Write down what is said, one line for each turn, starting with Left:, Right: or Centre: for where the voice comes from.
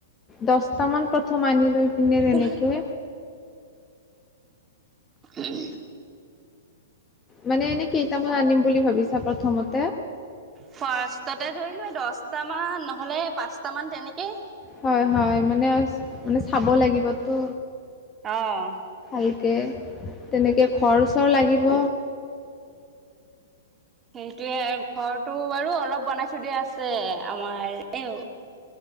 Left: দহটামান প্ৰথমে আনি লৈ পি
Right: একো
Left: তেনেকে
Right: নাই। উম!
Left: মানে এনে কেইটামান আনিম বুলি ভাবিছা প্ৰথমত।
Right: ফাৰ্ষ্টততে ধৰি লোৱা দহটামান নহলে পাঁচটা মান তেনেকেই
Left: হয় হয় মানে মানে চাব লাগিবতো।
Right: অ
Left: ভালকে তেনেকৈ খৰচৰ লাগিব।
Right: সেইটোয়ে ঘৰটো বাৰু অলপ বনাই থৈ দিয়া আছে আমাৰ এই